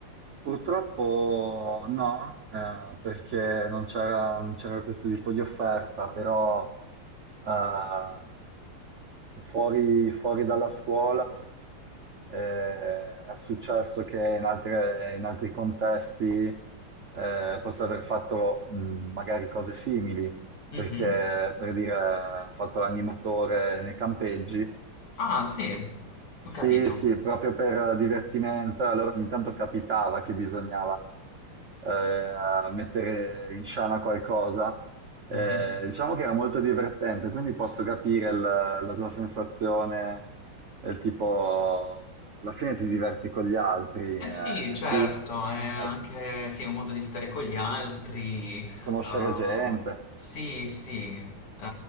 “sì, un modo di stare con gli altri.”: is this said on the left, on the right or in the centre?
Left